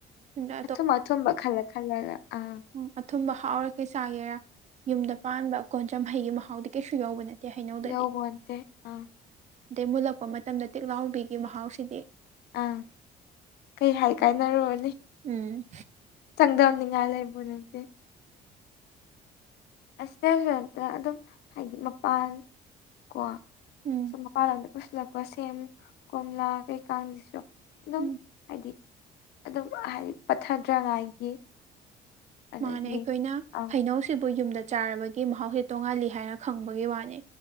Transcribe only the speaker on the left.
ꯑꯊꯨꯝ ꯑꯊꯨꯝꯕ ꯈꯜꯂ ꯈꯜꯂꯒ ꯑꯥ꯫
ꯌꯧꯄꯣꯟꯇꯦ ꯑꯥ
ꯑ ꯀꯩ ꯍꯥꯏ ꯀꯥꯅꯔꯨꯔꯅꯤ꯫
ꯆꯥꯡꯗꯝꯅꯤꯡꯉꯥꯏ ꯂꯩꯄꯣꯠ ꯅꯠꯇꯦ꯫ ꯑꯁ ꯁ꯭ꯇꯦꯐꯦꯟꯇ ꯑꯗꯨꯝ ꯍꯥꯏꯗꯤ ꯃꯄꯥꯟ ꯀꯣ
ꯁꯨꯝ ꯃꯄꯥꯟ ꯂꯝꯗ ꯄꯨꯁꯤꯜꯂꯛꯄ ꯁꯦꯝ ꯀꯣꯝꯂꯥ ꯀꯩꯀꯥꯡꯁꯤꯁꯨ ꯑꯗꯨꯝ
ꯍꯥꯏꯗꯤ ꯑꯗꯨꯝ ꯍꯥꯏꯗꯤ ꯄꯠꯊꯗ꯭ꯔꯉꯥꯏꯒꯤ ꯑꯗꯒꯤ
ꯑ